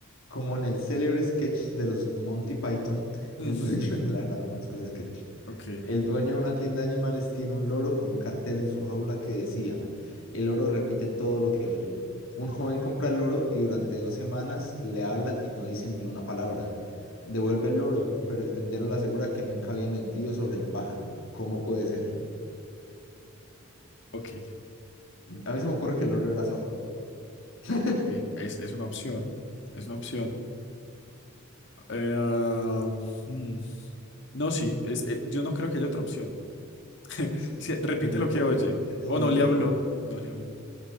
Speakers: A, on the left; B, on the left.
A: Como en el célebre sketch de los Monty Python,
B: Mm,
A: el dueño, <laughs> la verdad no conozco ese sketch,
B: ok,
A: el dueño de una tienda de animales tiene un loro con un cartel en su jaula que decía, el loro repite todo lo que oye. Un joven compra el loro y durante dos semanas le habla y no dice ni una palabra. Devuelve el loro, pero el tendero le asegura que nunca había mentido sobre el pájaro. ¿Cómo puede ser?
B: ok,
A: A mí se me ocurre que el loro era sordo. <laughs>
B: ok. Es, es una opción. Es una opción. Eh, mm, No, sí, es, eh, yo no creo que haya otra opción. <laughs>
A: Es que
B: Sí, repite
A: el loro
B: lo que oye.
A: repite todo
B: O
A: lo
B: no le
A: que
B: habló.
A: oye.
B: No le habló.